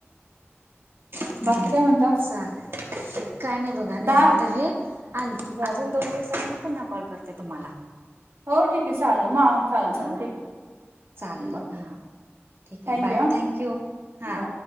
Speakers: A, on the right (about 55°); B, on the right (about 70°).
A: हम्म
B: बाकी काय म्हणता?
A: चालेल काय नाही बघा निवांत
B: दहा
A: आहे. अ
B: बरं
A: अजून दोन दिवसा मी पुन्हा कॉल करते तुम्हाला
B: हो ठीक आहे चालेल म चालेल
A: हा
B: चाले ठीक आहे.
A: चालेल
B: बर
A: हा ठीक आहे
B: थँक्यू
A: बाय
B: हां
A: थँक यू हा.
B: बाय